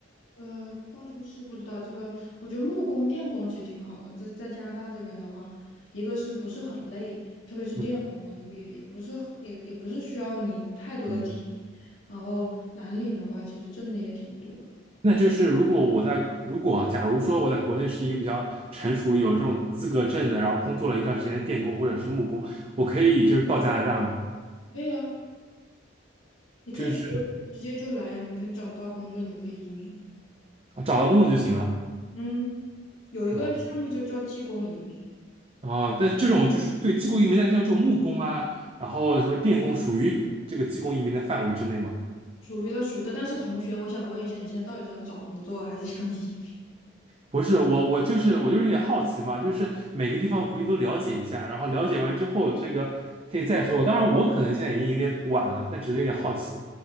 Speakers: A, on the left; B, on the right.
A: 呃，当初是不知道这个，我觉得木工、电工其实挺好的。就是在加拿大这边的话，一个是不是很累，特别是电工啊，
B: 嗯
A: 也不也也不是很也也不是需要你太多的体力。
B: 嗯
A: 然后蓝领的话，其实挣的也挺多的。
B: 那就是如果我在如果啊假如说我在国内是一个比较成熟、有这种资格证的，然后工作了一段时间的电工或者是木工，我可以就是到加拿大吗？
A: 可以啊，你可以直接直接就来啊，
B: 就是
A: 你可以找得到工作，你就可以移民啊。
B: 找到工作就行了。
A: 嗯，有一个项目就叫技工移民，
B: 啊啊，但这种就是对技工移民，但是像这种木工啊，然后什么电工，属于这个技工移民的范围之内吗？
A: 属于的属于的。但是同学，我想问一下，你现在到底是想找工作还是想移民？
B: 不是，我我就是我就是有点好奇嘛，就是每个地方我可以都了解一下，然后了解完之后，这个可以再说。当然，我可能现在已经有点晚了，但只是有点好奇。